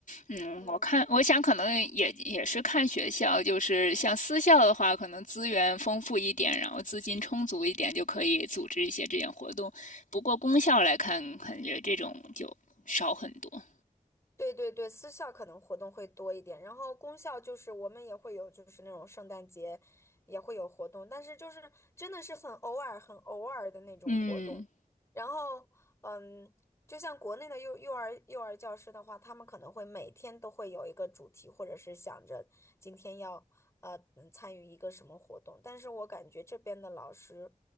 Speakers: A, on the left (about 65°); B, on the left (about 20°).
A: 嗯，
B: 嗯。
A: 我看，我想可能也也是看学校，就是像私校的话，可能资源丰富一点，然后资金充足一点，就可以组织一些这样活动。不过公校来看，感觉这种就少很多。
B: 对对对，私校可能活动会多一点，然后公校就是我们也会有，就是那种圣诞节也会有活动，但是就是真的是很偶尔、很偶尔的那种活动。
A: 嗯
B: 然后，嗯，就像国内的幼幼儿幼儿教师的话，他们可能会每天都会有一个主题，或者是想着今天要呃嗯参与一个什么活动，但是我感觉这边的老师